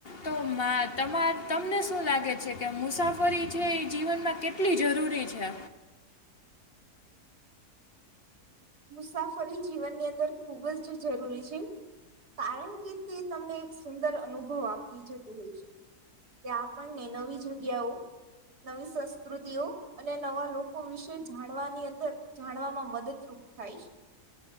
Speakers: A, on the left (about 40°); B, on the right (about 80°).
A: તો માં તમા તમને શું લાગે છે કે મુસાફરી છે એ જીવનમાં કેટ કેટલી જરૂરી છે?
B: મુસાફરી જીવનની અંદર ખૂબ જ જરૂરી છે. કારણ કે તે તમને એક સુંદર અનુભવ આપતી જતું હોય છે. ત્યાં આપણને નવી જગ્યાઓ નવી સંસ્કૃતિઓ અને નવા લોકો વિશે જાણવાની અંદર જાણવામાં મદદરૂપ થાય છે.